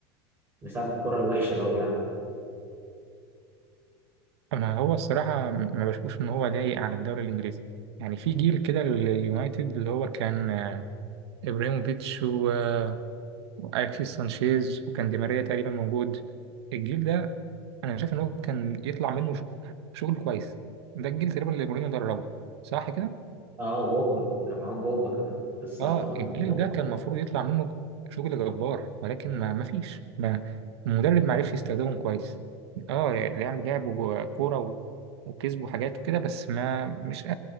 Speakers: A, on the right; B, on the right.
A: بسبب الكوره الوحشه اللي هو بيلعبها
B: ما هو الصراحة ما بشوفش إن هو لايق على الدوري الإنجليزي يعني في جيل كده لليونايتد اللي هو كان آه، إبراهيموفيتش و- آه، وأليكسيس سانشيز وكان دي ماريا تقريبا موجود الجيل ده أنا شايف إن هو كان يطلع منه ش- شغل كويس ده الجيل تقريبا اللي مورينيو دربه صح كده؟
A: اه وبوجبا كان معاهم بوجبا كمان السرطان
B: اه الجيل
A: بوجبا
B: ده كان المفروض يطلع منه شغل جبار ولكن ما ما فيش ما المدرب ما عرفش يستخدمهم كويس اه لعب لعبوا كورة و... وكسبوا حاجات وكده بس ما مش